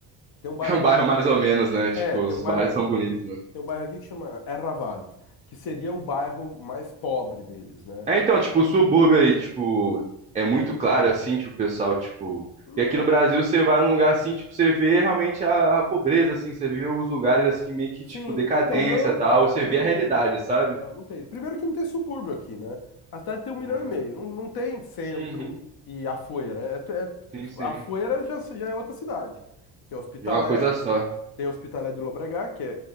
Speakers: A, on the left; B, on the right.
A: tem um bairro
B: <laughs> É um
A: aqui
B: bairro
A: que chama.
B: mais ou menos, né? Tipo,
A: É, tem
B: os
A: um bairro
B: bairros
A: aqui,
B: são bonitos, né?
A: tem um bairro aqui que chama Erraval, que seria o bairro mais pobre deles, né?
B: É, então, tipo, o subúrbio aí, tipo, é muito claro, assim, tipo, o pessoal, tipo...
A: Na-
B: E aqui no Brasil, você vai num lugar assim, tipo, você vê realmente a, a pobreza, assim, você vê os lugares, assim, meio que, tipo,
A: Sim,
B: decadência
A: então não,
B: e tal,
A: cara,
B: você
A: não
B: vê
A: tem.
B: a realidade, sabe?
A: Não, não tem. Primeiro que não tem subúrbio aqui, né? A cidade tem um milhão
B: É.
A: e meio. Não, não tem centro
B: Uhum.
A: e Afueira. É, é,
B: Sim, sim.
A: Afueira já, já é outra cidade. Que é Hospitalet,
B: Já é uma coisa só.
A: Tem a Hospitalet de Llobregat, que é,